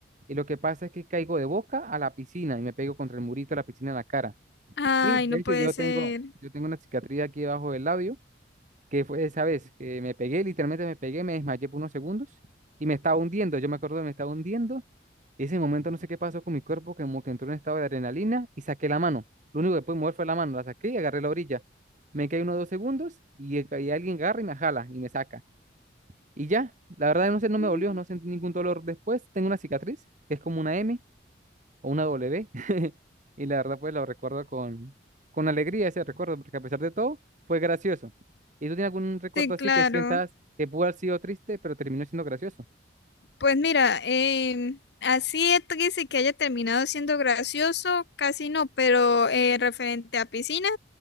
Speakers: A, on the right (about 40°); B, on the left (about 65°).
A: Y lo que pasa es que caigo de boca a la piscina y me pego contra el murito de la piscina en la cara.
B: Ay,
A: Sí, de
B: no
A: hecho
B: puede
A: yo
B: ser.
A: tengo, yo tengo una cicatriz aquí debajo del labio, que fue esa vez que me pegué, literalmente me pegué, me desmayé por unos segundos y me estaba hundiendo. Yo me acuerdo que me estaba hundiendo ese momento no sé qué pasó con mi cuerpo, que como que entró en un estado de adrenalina y saqué la mano. Lo único que pude mover fue la mano, la saqué y agarré la orilla. Me caí unos dos segundos y, e- y alguien agarra y me jala y me saca. Y ya, la verdad no sé, no me
B: Mm,
A: dolió, no sentí ningún dolor después. Tengo una cicatriz, que es como una M o una W. <laughs> Y la verdad pues lo recuerdo con, con alegría ese recuerdo, porque a pesar de todo fue gracioso. ¿Y tú tienes algún recuerdo
B: Sí,
A: así
B: claro.
A: que sientas que pudo haber sido triste, pero terminó siendo gracioso?
B: Pues mira, em, así es triste que haya terminado siendo gracioso, casi no, pero eh, referente a piscinas,